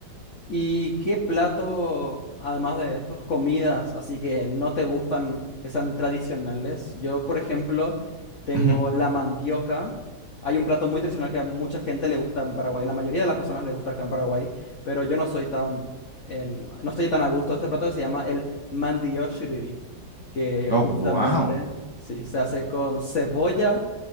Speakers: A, on the left; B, on the right.
A: ¿Y qué plato, además de estos, comidas, así que no te gustan, que sean tradicionales? Yo, por ejemplo, tengo
B: Ujú.
A: la mandioca. Hay un plato muy tradicional que a mucha gente le gusta en Paraguay, la mayoría de las personas le gusta acá en Paraguay, pero yo no soy tan, en- no estoy tan a gusto de este plato que se llama el mandioshiriri, que
B: Oh,
A: justamente,
B: wow.
A: sí, se hace con cebolla